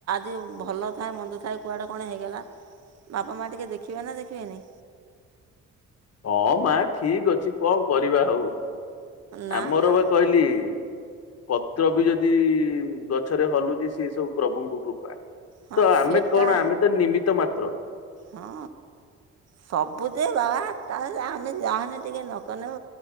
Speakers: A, on the right (about 55°); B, on the left (about 55°).
A: ଯୋଉ ଭଲ ଥାଏ ମନ୍ଦ ଥାଏ କୁଆଡ଼େ କଣ ହେଇଗଲା ବାପା ମାଆ ଟିକେ ଦେଖିବେ ନା ଦେଖିବେନି।
B: ହଁ ମା ଠିକ ଅଛି କଣ କରିବା ହଉ
A: ନା
B: ଆମର
A: ନା
B: ବା କହିଲି ପତ୍ର ବି ଯଦି ଗଛରେ ହଲୁଛି ସେ ସବୁ ପ୍ରଭୁଙ୍କ କୃପା।
A: ହଁ
B: ତ ଆମେ
A: ସେଟା
B: କଣ ଆମେ ତ ନିମିତ ମାତ୍ର।
A: ହଁ ସବୁଯେ ବାବା ତାହେଲେ ଆମେ ଯାହନି ଟିକେ ନକନେ